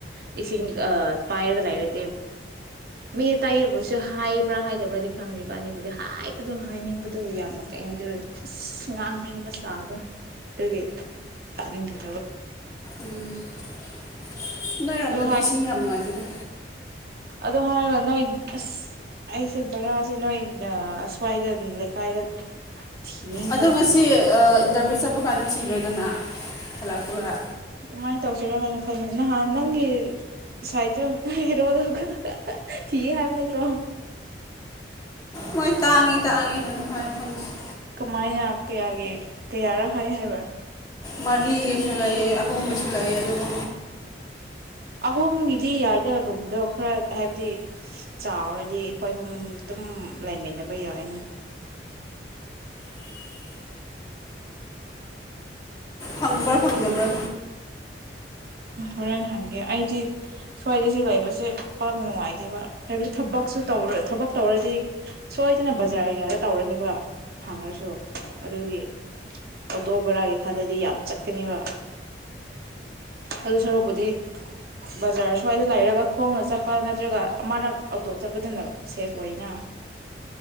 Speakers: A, on the right; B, on the left.
A: ꯏꯁꯤꯡ ꯑ ꯄꯥꯏ ꯂꯩꯔꯗꯤ ꯃꯤ ꯑꯇꯥꯏꯕꯨꯁꯨ ꯍꯥꯏꯕ꯭ꯔꯥ ꯍꯥꯏꯗꯕ꯭ꯔꯥꯗꯤ ꯈꯪꯗꯦ ꯏꯕꯥꯅꯤꯕꯨꯗꯤ ꯍꯥꯏꯕꯗꯣ ꯍꯥꯏꯅꯤꯡꯕꯗꯣ ꯌꯥꯝꯅ ꯀꯩ ꯍꯥꯏꯗꯣꯔ ꯄꯨꯁ ꯉꯥꯡꯅꯤꯡꯕ ꯁꯥꯕ ꯑꯗꯨꯒꯤ ꯇꯥꯅꯤꯡ <unintelligible>
B: ꯎꯝ ꯅꯣꯏꯔꯣꯝꯗꯗꯤ
A: ꯑꯗꯨ
B: ꯏꯁꯤꯡ ꯌꯥꯝ ꯅꯨꯡꯉꯥꯏꯇꯦꯗ
A: ꯑꯗꯣ ꯍꯥꯏꯔꯒ ꯅꯣꯏ ꯑꯁ ꯑꯩꯁꯦ ꯕꯔꯥꯖꯦ ꯅꯣꯏꯅ ꯑꯁ꯭ꯋꯥꯏꯗ ꯂꯩꯀꯥꯏꯗ ꯊꯤꯅꯤꯡꯕ
B: ꯑꯗꯣ ꯉꯁꯤ ꯏꯟꯇꯔꯚꯌꯨ ꯆꯠ ꯄ ꯀꯥꯟꯗ ꯊꯤꯔꯣꯗꯅ ꯍꯜꯂꯛꯄꯒ
A: ꯀꯃꯥꯏꯅ ꯇꯧꯁꯤꯔ ꯍꯥꯏꯅ ꯈꯟꯕꯅꯦ ꯅꯍꯥꯟ ꯅꯪꯒꯤ ꯁꯥꯏꯗꯣ ꯍꯦꯔꯣꯗꯣ ꯍ ꯍ ꯊꯤꯌꯦ ꯍꯥꯏꯕ ꯅꯠꯇ꯭ꯔꯣ
B: ꯃꯣꯏ ꯇꯥꯡꯉꯤ ꯇꯥꯡꯉꯤ ꯂꯣꯏꯅ ꯍꯥꯏ ꯍꯧꯖꯤꯛꯁꯨ
A: ꯀꯃꯥꯏꯅ ꯀꯌꯥꯒꯤ ꯀꯌꯥꯔꯛ ꯍꯥꯏ ꯍꯥꯏꯕ꯭ꯔꯥ
B: ꯃꯔꯤꯒꯤꯁꯨ ꯂꯩꯑꯦ ꯑꯍꯨꯝꯒꯤꯁꯨ ꯂꯩꯑꯦ ꯑꯗꯨꯒ
A: ꯑꯍꯨꯝꯒꯤꯗꯤ ꯌꯥꯏꯗꯔꯨꯝ ꯑꯗꯣ ꯈꯔ ꯍꯥꯏꯕꯗꯤ ꯆꯥꯎꯔꯗꯤ ꯑꯩꯈꯣꯏ ꯍꯨꯝ ꯑꯗꯨꯝ ꯂꯩꯃꯤꯟꯅꯕ ꯌꯥꯏꯅ
B: ꯐꯪꯕ꯭ꯔꯥ ꯐꯪꯗꯕ꯭ꯔꯥ
A: ꯍꯣꯔꯦꯟ ꯍꯪꯒꯦ ꯑꯩꯗꯤ ꯁ꯭ꯋꯥꯏꯗꯁꯤ ꯂꯩꯕꯁꯦ ꯄꯥꯛ ꯅꯨꯡꯉꯥꯏꯇꯦꯕ ꯍꯥꯏꯕꯗꯤ ꯊꯕꯛꯁꯨ ꯇꯧ ꯊꯕꯛ ꯇꯧꯔꯗꯤ ꯁꯣꯏꯗꯅ ꯕꯖꯥꯔ ꯑꯦꯔꯤꯌꯥꯗ ꯇꯧꯔꯅꯤꯕ ꯐꯪꯉꯁꯨ ꯑꯗꯨꯒꯤ ꯑꯣꯇꯣ ꯕꯣꯔꯥꯒꯤ ꯈꯜꯂꯗꯤ ꯌꯥꯝ ꯆꯠꯀꯅꯤꯕ ꯑꯗꯨ ꯁꯔꯨꯛꯄꯨꯗꯤ ꯕꯖꯥꯔ ꯁ꯭ꯋꯥꯏꯗ ꯂꯩꯔꯒ ꯈꯣꯡꯅ ꯆꯠꯄ ꯅꯠꯇ꯭ꯔꯒ ꯑꯃꯔꯛ ꯑꯣꯇꯣ ꯆꯠꯄꯗꯨꯅ ꯁꯦꯐ ꯑꯣꯏꯅ